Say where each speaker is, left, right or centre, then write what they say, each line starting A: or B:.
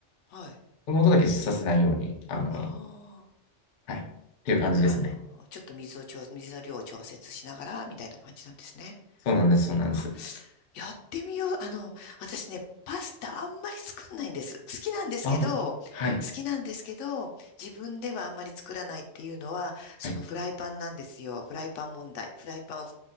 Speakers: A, on the left; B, on the left.
A: はい。
B: この音だけさせないように、あの、
A: ああ
B: はい。っていう感じですね。
A: ー、あの、ちょっと水を調、水の量を調節しながら、みたいな感じなんですね。
B: そうなんです、そうなんです。
A: あ、やってみよう。あの、私ね、パスタあんまり作んないんです。好きなんですけど、
B: ああ、
A: 好
B: はい、
A: きなんですけど、自分ではあんまり作らないっていうのは、そのフライパンなんですよ。
B: はい、
A: フライパン問題。フライパンを